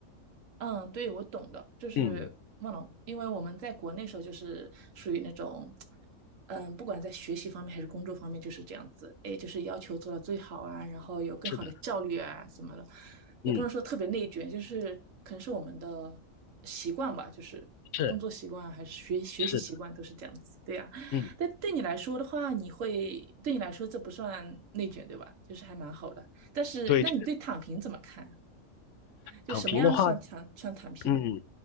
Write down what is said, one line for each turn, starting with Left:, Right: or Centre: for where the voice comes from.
Right: 嗯，对，我懂的，就是忘了，
Left: 嗯，
Right: 因为我们在国内时候就是属于那种，嗯，不管在学习方面还是工作方面，就是这样子，哎，就是要求做到最好啊，然后有更好的效率啊什么的，
Left: 是的，
Right: 也不能说特别内卷，
Left: 嗯，
Right: 就是可能是我们的习惯吧，就是工作习惯还是学学习习惯都是这样子，
Left: 是是的，
Right: 对呀。
Left: 嗯，
Right: 但对你来说的话，你会对你来说这不算内卷，对吧？就是还蛮好的。但是，
Left: 对，
Right: 那你对躺平怎么看？
Left: 这个
Right: 就什么样算躺算躺平？
Left: 躺平的话，嗯，